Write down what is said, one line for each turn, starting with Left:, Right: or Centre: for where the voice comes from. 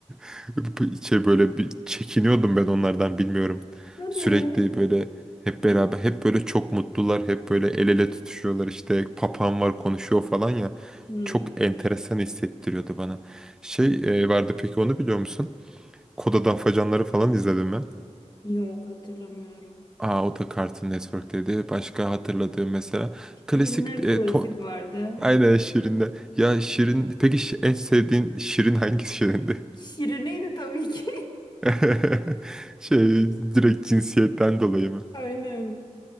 Centre: <laughs> Bu- Şey böyle bir çekiniyordum ben onlardan bilmiyorum.
Left: Hadi
Centre: Sürekli
Left: ya.
Centre: böyle hep beraber hep böyle çok mutlular. Hep böyle el ele tutuşuyorlar işte papağan var konuşuyor falan ya.
Left: Hmm,
Centre: Çok enteresan hissettiriyordu bana. Şey e, vardı peki onu biliyor musun? Koda Afacanları falan izledim mi?
Left: yok hatırlamıyorum.
Centre: Aa, o da Cartoon Network'teydi. Başka hatırladığım mesela.
Left: Şirinler
Centre: Klasik e,
Left: klasik
Centre: to-
Left: vardı.
Centre: Aynen Şirin'de. Ya Şirin... Peki şi- en sevdiğin Şirin hangisi Şirin'di?
Left: Şirine'ydi tabii ki.
Centre: <laughs> Şey direkt cinsiyetten dolayı
Left: <laughs>
Centre: mı?
Left: Aynen.